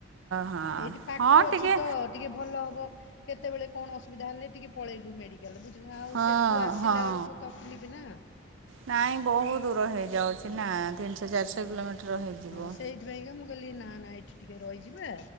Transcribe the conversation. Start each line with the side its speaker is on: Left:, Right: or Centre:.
Right: ହଁ
Left: ଏଇଠି ପାଖ
Right: ହଁ ଟିକେ
Left: ଅଛି ତ ଟିକେ ଭଲ ହବ କେତେବେଳେ କଣ ଅସୁବିଧା ହେଲେ ଟିକେ ପଳେଇଲୁ ମେଡି ବୁଝିଲ ଆଉ
Right: ହଁ
Left: ସେଠୁ ଆସିଲା
Right: ହଁ
Left: ବେଳକୁ ତକଲିଫ ନା।
Right: ନାଇଁ ବହୁ ଦୂର ହେଇଯାଉଛି ନା ତିନିଶହ ଚାରିଶହ କିଲୋମିଟର ହେଇଯିବ।
Left: ହଁ ସେଇଥିପାଇଁକା ମୁଁ କହିଲି ନା ନା ଏଠି ଟିକେ ରହିଯିବା